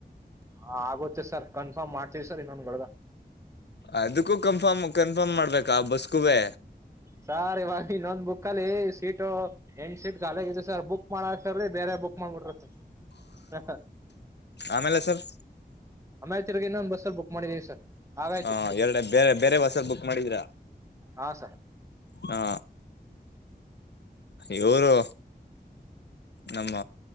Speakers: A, on the right; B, on the left.
A: ಹಾ ಆಗುತ್ತೆ ಸರ್ ಕನ್ಫರ್ಮ್ ಮಾಡ್ತೀವಿ ಸರ್ ಇನ್ನೊಂದೊಗಳದಗ
B: ಅದಕ್ಕೂ ಕನ್ಫರ್ಮ್ ಕನ್ಫರ್ಮ್ ಮಾಡ್ಬೇಕಾ ಬಸ್ಗೂ ಬ
A: ಸಾರ್ ಇವಾಗ ಇನ್ನೊಂದ್ ಬುಕ್ ಅಲ್ಲಿ ಸೀಟು ಎಂಟ್ ಸೀಟ್ ಖಾಲಿ ಆಗತೆ ಸರ್ ಬುಕ್ ಮಾಡ ಸರ್ೀ ಬೇರೆ ಬುಕ್ ಮಾಡ್ಬಿಟ್ರ ಸರ್ ಹ
B: ಆಮೇಲೆ ಸರ್
A: ಆಮೇಲೆ ತಿರ್ಗಿ ಇನ್ನೊಂದ ಬಸ್ಸಲ್ಲಿ ಬುಕ್ ಮಾಡಿದೀವಿ ಸರ್ ಆಗೈತಿ
B: ಹಾ ಎರಡು ಬೇರೆ ಬೇರೆ ಬಸ್ಸ ಬುಕ್ ಮಾಡಿದರಾ
A: ಹಾ ಸರ್
B: ಹಾ ಇವರು ನಮ್ಮ